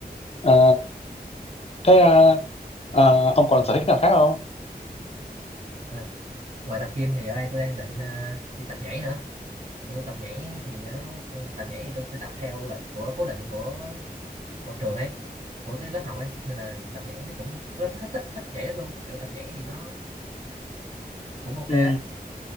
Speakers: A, on the left; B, on the right.
A: Ờ, thế à, ờ, ông còn sở thích nào khác không
B: à. ngoài tập gym thì giờ đây tôi đang định ờ, đi tập nhảy nữa kiểu tôi tập nhảy thì nó tập nhảy thì tôi sẽ tập theo lịch của cố định của của trường ấy của cái lớp học ấy nên là tập nhảy nó cũng tôi rất thích, thích thích nhảy lắm luôn kiểu tập nhảy thì nó cũng ok
A: ừ
B: á.